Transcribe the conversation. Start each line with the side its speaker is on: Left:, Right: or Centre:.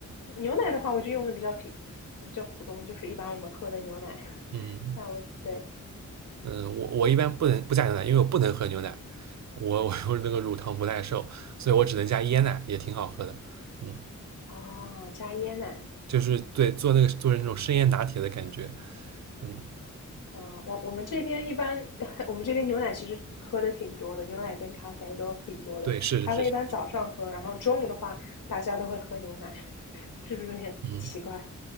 Left: 牛奶的话，我就用的比较平，比较普通，就是一般我们喝的牛奶。
Right: 嗯
Left: 但我对
Right: 嗯，我我一般不能不加牛奶，因为我不能喝牛奶，我我有那个乳糖不耐受，所以我只能加椰奶，也挺好喝的。嗯，
Left: 啊，加椰奶。
Right: 就是对做那个做成那种生椰拿铁的感觉。嗯。
Left: 嗯，我我们这边一般，<laughs> 我们这边牛奶其实喝的挺多的，牛奶跟咖啡都挺多的。
Right: 对，是是是，
Left: 咖啡一般早上喝，然后中午的话，大家都会喝牛奶。是不是有点奇怪？
Right: 嗯